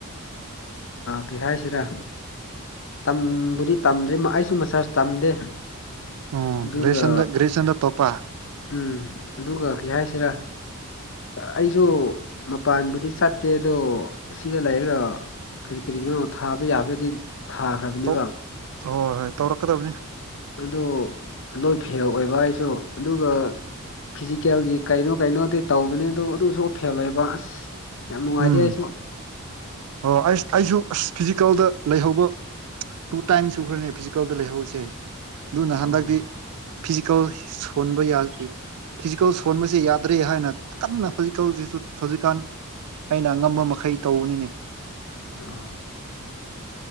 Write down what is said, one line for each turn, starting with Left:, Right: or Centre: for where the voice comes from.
Left: ꯀꯩ ꯍꯥꯏꯁꯤꯔꯥ ꯇꯝꯕꯨꯗꯤ ꯇꯝꯗ꯭ꯔꯤ ꯑꯩꯁꯨ ꯃꯁꯥ ꯇꯝꯗꯦ
Right: ꯎꯝ
Left: ꯑꯗꯨꯒ
Right: ꯦꯁꯟꯗꯒ꯭ꯔꯦꯁꯟ꯭ꯔ ꯇꯣꯄꯥ
Left: ꯎꯝ ꯑꯗꯨꯒ ꯀꯩ ꯍꯥꯏꯁꯤꯔꯥ ꯑꯩꯁꯨ ꯃꯄꯥꯟꯕꯨꯗꯤ ꯆꯠꯇꯦ ꯑꯗꯣ ꯁꯤꯗ ꯂꯩꯔꯒ ꯀꯔꯤ ꯀꯔꯤꯒꯤꯅꯣꯣ ꯊꯥꯕ ꯌꯥꯕꯗꯤ ꯊꯥꯈ꯭ꯔꯕꯅꯦꯕ
Right: ꯇꯧ ꯍꯣꯏ ꯍꯣꯏ ꯍꯣꯏ ꯇꯧꯔꯛꯀꯗꯕꯅꯤ
Left: ꯑꯗꯨ ꯂꯣꯏ ꯐꯦꯜ ꯑꯣꯏꯕ ꯍꯥꯏꯁꯨ ꯑꯗꯨꯒ ꯐꯤꯖꯤꯀꯦꯜꯒꯤ ꯀꯩꯅꯣ ꯀꯩꯅꯣꯗꯤ ꯇꯧꯕꯅꯦ ꯑꯗꯨꯣ ꯑꯗꯨꯁꯨ ꯐꯦꯜ ꯑꯣꯏꯕ ꯑꯁ ꯌꯥꯝ ꯅꯨꯡꯉꯥꯏꯇꯦ
Right: ꯎꯝ
Left: ꯑꯩꯁꯨ
Right: ꯑꯣ ꯑꯩꯁ ꯑꯩꯁꯨ ꯑꯁ ꯐꯤꯖꯤꯀꯦꯜꯗ ꯂꯩꯍꯧꯕ ꯇꯨ ꯇꯥꯏꯝꯁꯨ ꯈꯔꯅꯦ ꯀꯜꯗ ꯂꯩꯍꯧꯁꯦ ꯑꯗꯨꯅ ꯍꯟꯗꯛꯇꯤ
Left: ꯑꯣ
Right: ꯐꯤꯖꯤꯀꯦꯜ ꯁꯣꯟꯕ ꯌꯥ ꯐꯤꯖꯤꯀꯦꯜ ꯁꯣꯟꯕꯕꯁꯤ ꯌꯥꯗ꯭ꯔꯦ ꯍꯥꯏꯅ ꯀꯟꯅ ꯐꯤꯖꯤꯀꯦꯜꯁꯤꯁꯨ ꯍꯧꯖꯤꯛꯀꯥꯟ ꯑꯩꯅ ꯑꯉꯝꯕ ꯃꯈꯩ ꯇꯧꯕꯅꯤꯅꯦ
Left: ꯑ